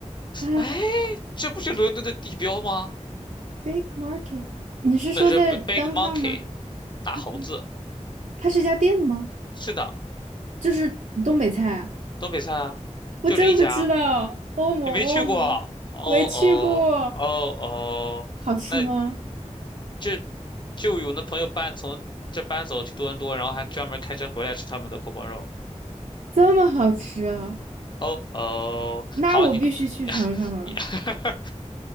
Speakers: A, on the right; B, on the left.
A: 啊
B: 哎，这不是伦敦的地标吗？
A: ，Big Market，你是说在
B: 不是 Big
A: downtown
B: Monkey
A: 吗
B: 大猴子。
A: ？Big Market，它是一家店吗？
B: 是的，
A: 就是东北菜啊。
B: 东北菜啊，
A: 我真不知道，
B: 就这一家，
A: 欧盟欧盟没去过，
B: 你没去过？哦哦哦哦，
A: 好吃吗？
B: 那这就有那朋友搬从这搬走去多伦多，然后还专门开车回来吃他们的锅包肉。
A: 这么好吃啊？
B: 哦哦，
A: 那我必须去尝尝了。
B: 好，你 <laughs> 你 <laughs>